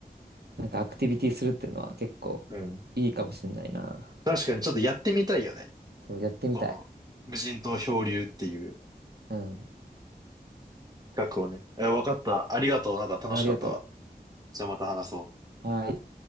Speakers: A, on the right; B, on the right.
A: なんかアクティビティするっていうのは結構
B: うん。
A: いいかもしんないな。
B: 確かにちょっとやってみたいよね。
A: そう、やってみたい。
B: この、無人島漂流っていう
A: うん。
B: 企画をね。え、わかった。ありがとう。なんか楽しかったわ。
A: ありがと
B: じゃあまた話そう。
A: う。はい。